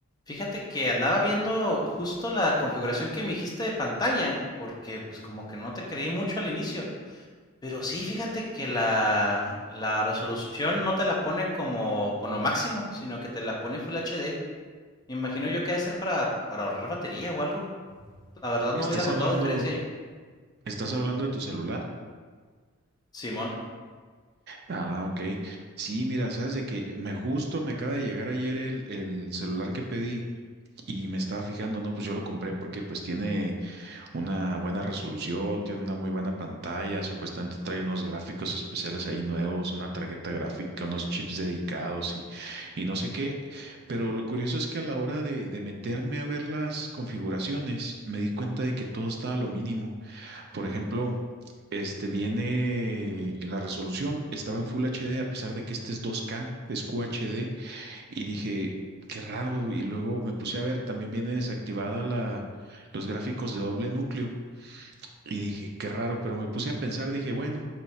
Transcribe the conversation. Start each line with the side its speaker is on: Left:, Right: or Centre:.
Left: Fíjate que andaba viendo justo la configuración que me dijiste de pantalla, porque pues como que no te creí mucho al inicio. Pero sí, fíjate que la, la resolución no te la pone como con lo máximo, sino que te la pone Full HD. Me imagino yo que ha de ser para, para ahorrar batería o algo. La verdad
Right: ¿Estás
Left: no hubiera notado
Right: hablando,
Left: diferencia yo.
Right: estás hablando de tu celular?
Left: Simón,
Right: Ah, ok. Sí, mira, sabes de que me justo me acaba de llegar ayer el, el celular que pedí y me estaba fijando, no, pues yo lo compré porque pues tiene una buena resolución, tiene una muy buena pantalla, supuestamente trae unos gráficos especiales ahí nuevos, una tarjeta gráfica, unos chips dedicados y, y no sé qué. Pero lo curioso es que a la hora de, de meterme a ver las configuraciones, me di cuenta de que todo estaba a lo mínimo. Por ejemplo, este viene la resolución, estaba en Full HD a pesar de que este es 2K, es QHD, y dije, qué raro. Y luego me puse a ver, también viene desactivada la, los gráficos de doble núcleo. Y dije, qué raro, pero me puse a pensar, dije, bueno,